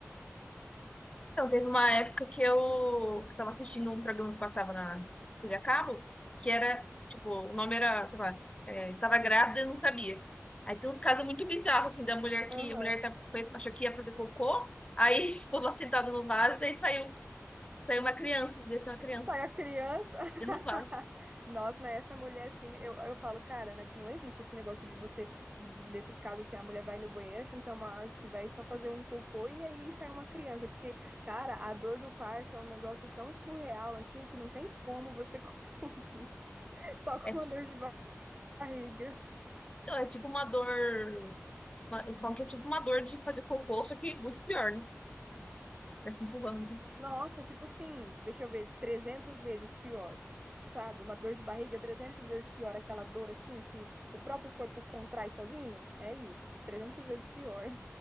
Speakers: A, on the left; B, on the right.
A: Então, teve uma época que eu que tava assistindo um programa que passava na TV a cabo, que era, tipo, o nome era, sei lá, é, estava grávida e não sabia. Aí tem uns casos muito bizarros, assim, da mulher que
B: Aham.
A: a mulher tá, foi, achou que ia fazer cocô, aí <laughs> ficou lá sentada no vaso, daí saiu, saiu uma criança, desceu uma criança
B: Sai a criança. <laughs>
A: dentro do vaso.
B: Nossa, mas essa mulher, assim, eu, eu falo, cara, né, não existe esse negócio de você, nesses casos, assim, a mulher vai no banheiro achando que é uma, que vai só fazer um cocô e aí sai uma criança. Porque, cara, a dor do parto é um negócio tão surreal, assim, que não tem como você <laughs> confundir só com
A: É, ti-
B: uma dor de barriga.
A: então, é tipo uma dor. uma- eles falam que é tipo uma dor de fazer cocô, só que muito pior, né? Vai se empurrando. assim.
B: Nossa, tipo assim, deixa eu ver, 300 vezes pior, sabe? Uma dor de barriga 300 vezes pior, aquela dor assim que o próprio corpo contrai sozinho. É isso, 300 vezes pior.